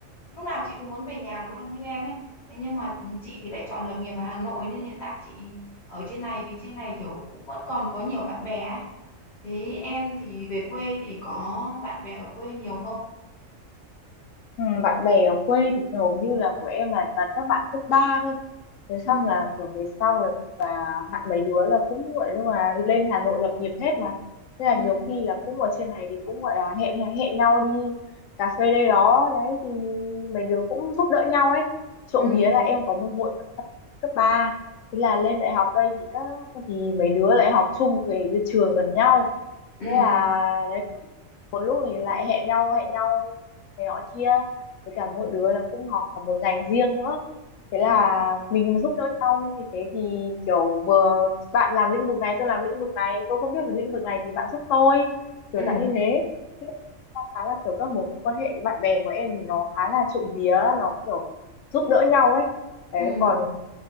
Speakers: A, on the left; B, on the left.
A: lúc nào chị cũng muốn về nhà luôn như em ấy thế nhưng mà chị thì lại chọn lập nghiệp ở Hà Nội nên hiện tại chị ở trên này vì trên này kiểu cũng vẫn còn có nhiều bạn bè ấy thế em thì về quê thì có bạn bè ở quê nhiều không
B: ừ, bạn bè ở quê thì hầu như là của em là toàn các bạn cấp 3 thôi thế xong
A: ừ
B: là kiểu về sau hạ mấy đứa là cũng gọi là lên Hà Nội lập nghiệp hết mà thế là
A: ừ
B: nhiều khi là cũng ở trên này thì cũng gọi là hẹn hẹn nhau đi cà phê đây đó đấy thì mấy đứa cũng giúp đỡ nhau ấy trộm
A: ừ
B: vía là em có một hội bạn thân cấp ba thế là lên đại học đây thì các thì mấy đứa lại học chung về trường gần nhau
A: ừ
B: thế là đấy cũng- một lúc thì lại hẹn nhau hẹn nhau này nọ kia với cả mỗi đứa là cũng học một ngành riêng nữa thế là
A: ừ
B: mình mà giúp đỡ nhau như thế thì kiểu vừa bạn làm lĩnh vực này tôi làm lĩnh vực này tôi không biết về lĩnh vực này thì bạn giúp tôi kiểu
A: ừ
B: dạng như thế Thế là khá là kiểu các mối quan hệ bạn bè của em thì nó khá là trộm vía nó kiểu giúp đỡ nhau ấy đấy
A: ừ
B: còn